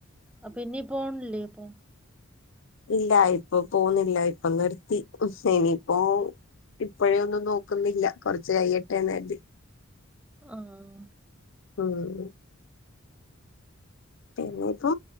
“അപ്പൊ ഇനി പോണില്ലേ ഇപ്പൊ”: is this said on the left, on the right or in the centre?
Centre